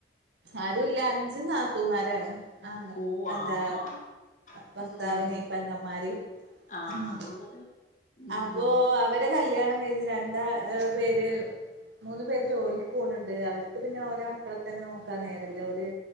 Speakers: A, on the right; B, on the left.
A: ആരുല്ല അഞ്ച് നാത്തൂമാരാണ് ആ
B: ഓ
A: എന്താ
B: ആഹാ
A: ഭർതാവിന്
B: ഉം
A: ഇപ്പ പെങ്ങമ്മാർ
B: ആഹ്
A: ഉം
B: അത് കൊള്ളാലോ ഉം
A: അപ്പോ അവരെ കല്യാണം കഴിഞ്ഞ് രണ്ടാ പേര് മൂന്നു പേര് ജോലിക്ക് പോക്ണ്ണ്ട് അവർക്ക് പിന്നെ ഓലെ മക്കളെന്നെ നോക്കാ നേരെല്ല ഓല്